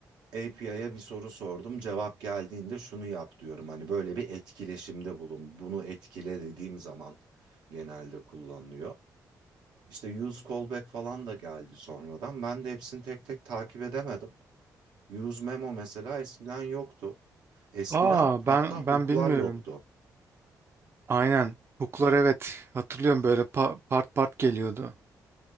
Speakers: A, on the right; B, on the right.
A: API'ye bir soru sordum cevap geldiğinde şunu yap diyorum. Hani böyle bir etkileşimde bulun bunu etkile dediğim zaman genelde kullanılıyor. İşte use callback falan da geldi sonradan. Ben de hepsini tek tek takip edemedim. Use memo mesela eskiden yoktu. Eskiden
B: Aa
A: hatta
B: ben
A: hook'lar
B: ben bilmiyorum.
A: yoktu.
B: Aynen. Hook'lar evet. Hatırlıyorum böyle pa- part part geliyordu.